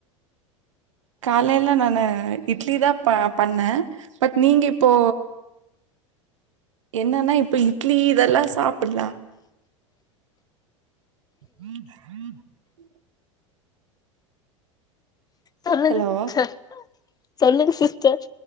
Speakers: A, on the right; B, on the left.
A: காலைல நான்னு இட்லி தா ப பண்ண பட் நீங்க இப்போ என்னன்னா இப்ப இட்லி இதெல்லா சாப்புடுல உம் உம் <unintelligible>
B: சொல்லுங்க
A: ஹலோ
B: சிஸ்டர் சொல்லுங்க சிஸ்டர்